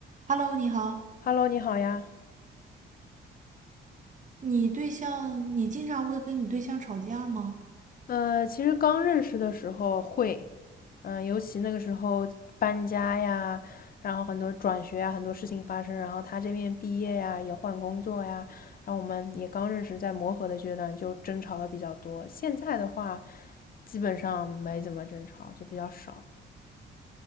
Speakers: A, on the right; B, on the left.
A: Hello，你好，
B: Hello，你好呀。
A: 你对象，你经常会跟你对象吵架吗？
B: 呃，其实刚认识的时候会，嗯、尤其那个时候搬家呀，然后很多转学呀，很多事情发生，然后他这边毕业呀，也换工作呀，然后我们也刚认识，在磨合的阶段就争吵的比较多。现在的话，基本上没怎么争吵，就比较少了。